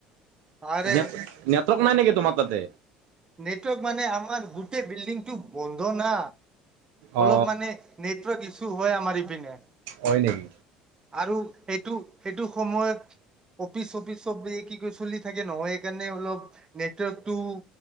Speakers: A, on the right; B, on the right.
A: আৰে
B: নেপ নেপ নাই নেকি তোমাক তাতে
A: নেটৱৰ্ক মানে আমাৰ গোটেই বিল্ডিংটো বন্ধ না।
B: অ
A: অলপ মানে নে <inaudible> শু হয় আমাৰ পিনে।
B: হয় নেকি
A: আৰু সেইটো সেইটো সময়ত অফিচ চফিচ চব কি ক চলি থাকে নহয় সেইকাৰণে অলপ নেটৱৰ্কটো